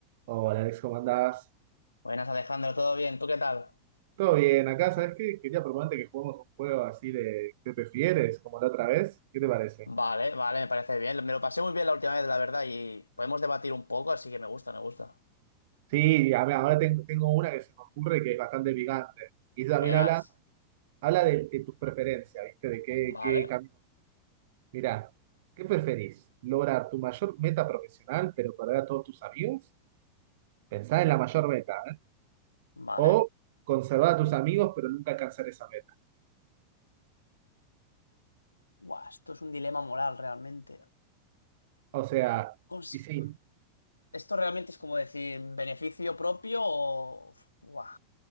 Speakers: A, on the right; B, on the left.
A: Oh, Hola Alex, ¿cómo andás?
B: Buenas, Alejandro, ¿todo bien? ¿Tú qué tal?
A: Todo bien, acá, ¿sabes qué? Quería proponerte que juguemos un juego así de ¿qué prefieres? Como la otra vez. ¿Qué te parece?
B: Vale, vale, me parece bien. Me lo pasé muy bien la última vez, la verdad, y podemos debatir un poco, así que me gusta, me gusta.
A: Sí, a ver, ahora tengo, tengo una que se me ocurre que es bastante picante. Y también
B: Verás.
A: habla, habla de, de tus preferencias, ¿viste? De qué,
B: Vale,
A: qué camino. Mirá, ¿qué preferís? ¿Lograr tu mayor meta profesional pero perder a todos tus amigos? Pensá en la mayor meta, ¿eh?
B: vale.
A: O conservar a tus amigos pero nunca alcanzar esa meta.
B: Buah, esto es un dilema moral realmente.
A: O sea,
B: Cons-
A: y sí.
B: Esto realmente es como decir beneficio propio o... Buah.